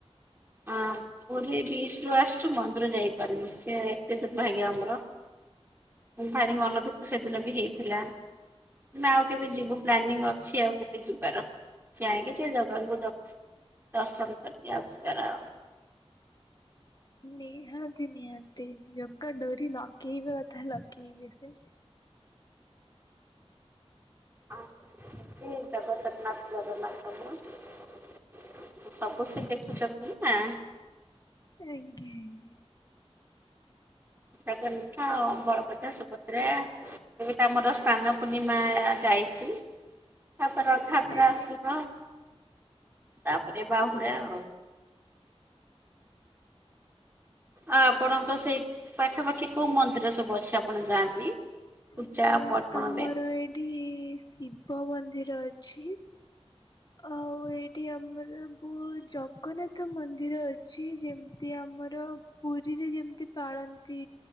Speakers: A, on the right (about 20°); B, on the left (about 40°).
A: ଆ ପୁରୀ ବିଶ ରରୁ ଆସଚୁ ମନ୍ଦିର ଯାଇପାରିବୁ ସି ଏତେ ଦୂିନ ଭାଗ୍ୟ ଆମର। ଭାରି ମନ ଦୁଃଖ ସେଦିନ ବି ହେଇଥିଲା। ତମେ ଆଉ କେବେ ଯିବୁ ପ୍ଲାନିଂ ଅଛି ଆଉ କେବେ ଯିବାର। ଯାଇକି ଟିକେ ଜଗଙ୍କୁ ଦସ୍ ଦର୍ଶନ କରିକି ଆସିବାର ଆଉ।
B: ନିହାତି ନିହାତି ଜଗା ଡୋରି ଲାଗିିବ କଥା ଲାଗେଇିବ ସେ।
A: ଆ ସିଏ ଜଗଦରନାଥ ଜଗନ୍ନାଥଙ୍କୁ।
B: ଆଜ୍ଞା
A: ସବୁ ସେ ଦେଖୁଚନ୍ତି ନା।
B: ଆଜ୍ଞା ଆଜ୍ଞା।
A: ଜଗନ୍ନାଥ ଆଉ ବଳଭଦ୍ର ସୁଭଦ୍ରା। ଏବେ ତ ଆମର ସ୍ନାନ ପୂର୍ଣ୍ଣିମା ଯାଇଚି। ତାପରେ ରଥଆତ୍ରା
B: ଆଜ୍ଞା।
A: ଆସିବା ତାପରେ ବାହୁଡ଼େ ଆଉ। ଆ ଆପଣଙ୍କର ସେଇ ପାଖାପାଖି କୋଉ ମନ୍ଦିର ସବୁ ଅଛି ଆପଣ ଯାଆନ୍ତି? ପୂଜା
B: ଉଁ
A: ପର୍ବରେ
B: ଆମର ଏଇଠି ଶିବ ମନ୍ଦିର ଅଛି। ଆଉ ଏଇଠି ଆମର ବୋହୁ ଜଗନ୍ନାଥ ମନ୍ଦିର ଅଛି ଯେମତି ଆମର ପୁରୀରେ ଯେମିତି ପାଳନ୍ତି